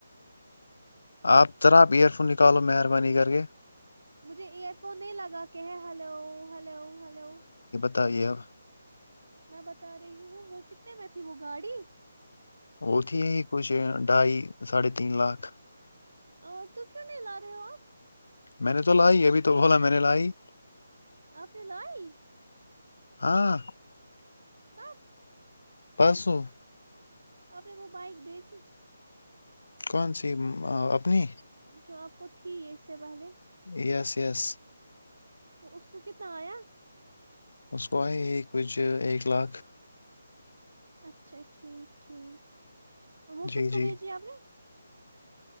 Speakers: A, on the left; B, on the right.
A: آپ ذرا آپ ایئر فون نکالو مہربانی کر کے
B: مجھے ایئر فون نہیں لگا کہ ہلو ہلو ہلو
A: ہوتا یہ
B: میں بتا رہی ہوں وہ کتنے میں تھی وہ گاڑی
A: ا ت ہی ا ہی کچھ ڈھائی ساھے تین لاکھ
B: اور تو کیوں نہیں لا رہے ہو آپ
A: میں نے تو لائی ابھی تو بولا میں نے لائی
B: آپ نے لائی
A: ہاں
B: کب
A: پانسوں
B: آپ وہ بائک بیچی
A: کون سی اپنی
B: جو آپ کو تھی ہے اس سے پہلے
A: یس یس
B: تو اس کو کتنا آیا
A: اس کو آئے ہی کچھ ایک لاکھ
B: اچھا ٹھیک ٹھیک وہ
A: جی
B: کس کو
A: جی
B: بھیجی ہے آپ نے